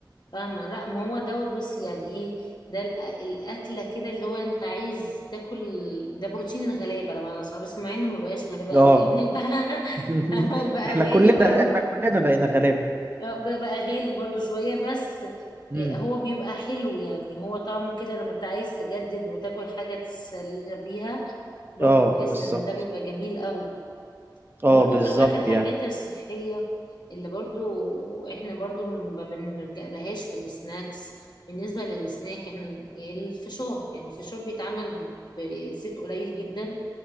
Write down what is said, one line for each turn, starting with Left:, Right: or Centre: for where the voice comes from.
Left: فاهمة لا ما هو دوت بص يعني ايه ده الأ- الأكلة كده اللي هو انت عايز تاكل ده بروتين الغلابة لما بس بس مع انه ما بقاش غلابة
Right: اه
Left: قوي يعني <laughs>
Right: <laughs>
Left: بقى, بقى
Right: احنا
Left: غالي
Right: كلنا
Left: برضو
Right: احنا كلنا بقينا غلابة
Left: آه، بقى بقى غالي برضو شوية بس
Right: امم
Left: آه، هو بيبقى حلو يعني هو طعمه كده لما انت عايز تجدد وتاكل حاجة تسلي بيها برضو
Right: اه
Left: بحس
Right: بالظبط
Left: ان ده بيبقى جميل قوي
Right: اه
Left: وبرضو
Right: بالظبط
Left: خلي بالك الحاجات
Right: يعني
Left: الصحية اللي برضو احنا برضو ما بنلجأ لهاش في السناكس بالنسبة للسناك احنا الفشار الفشار بيتعمل بزيت قليل جدا